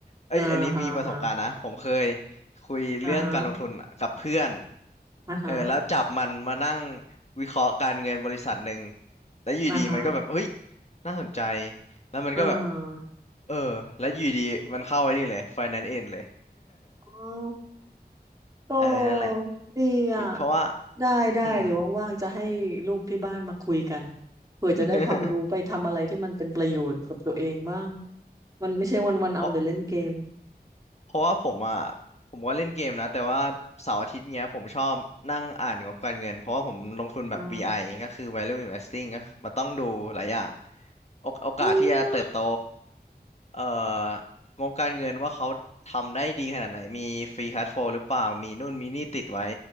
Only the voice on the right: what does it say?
อ่าฮะฮะ
อ่าฮะอ่าฮะ
อ่าฮะ
อ่า
อ๋อ
โอ
้ดีอ่ะ
ได้ได้เดี๋ยวว่างๆจะให้ลูกที่บ้านมาคุยกัน
เผื่อจะได้ความรู้ไปทำอะไรที่มันเป็นประโยชน์กับตัวเองบ้าง
มันไม่ใช่วันๆเอาแต่เล่นเกม
อ่า
เปรียว